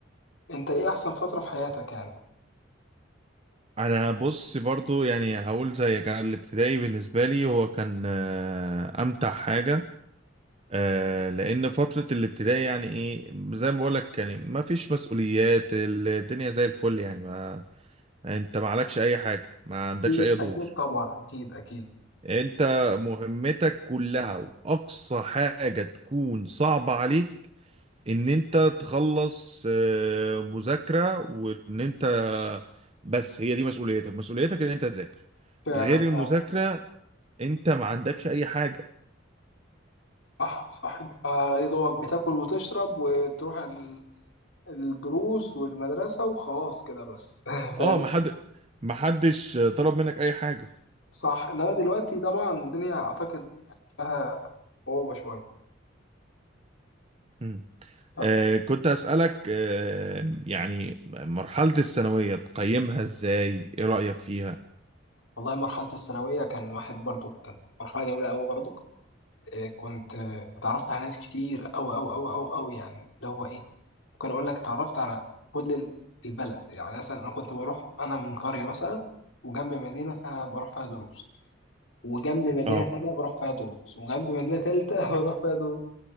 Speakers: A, on the left (about 75°); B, on the right (about 30°).
A: انت ايه احسن فتره في حياتك يعني
B: انا بص برضو يعني هقول زي كان الابتدائي بالنسبه لي هو كان آه، امتع حاجه آه، لان فتره الابتدائي يعني ايه زي ما بقول لك يعني ما فيش مسؤوليات الدنيا زي الفل يعني ما انت ما عليكش اي حاجه ما عندكش
A: اكيد
B: اي دور
A: اكيد طبعا اكيد اكيد
B: انت مهمتك كلها واقصى حاجة تكون صعبة عليك ان انت تخلص آه، مذاكرة وان انت بس هي دي مسؤوليتك مسؤوليتك ان انت تذاكر
A: فعلا
B: غير
A: فعلا
B: المذاكرة انت ما عندكش اي حاجة
A: صح صح انت ايه دوبك بتاكل وتشرب وتروح ال- الدروس والمدرسه وخلاص كده بس <laughs> فاهمني
B: اه ما حد ما حدش طلب منك اي حاجة
A: صح انما دلوقتي طبعا الدنيا اعتقد يعني فيها صعوبه شويه
B: مم.
A: ف-
B: آه كنت اسألك آه يعني مرحلة الثانوية تقيمها ازاي ايه رأيك فيها
A: والله مرحله الثانويه كان واحد برضو كان مرحله جميله قوي برضو آه، كنت آه، اتعرفت على ناس كتير أوي أوي أوي أوي أوي يعني اللي هو إيه ممكن أقول لك اتعرفت على كل ال- البلد يعني مثلا أنا كنت بروح أنا من قرية مثلا وجنب مدينة فيها بروح فيها دروس وجنب مدينة
B: اه
A: تانية بروح فيها دروس وجنب مدينة تالتة <laughs> بروح فيها دروس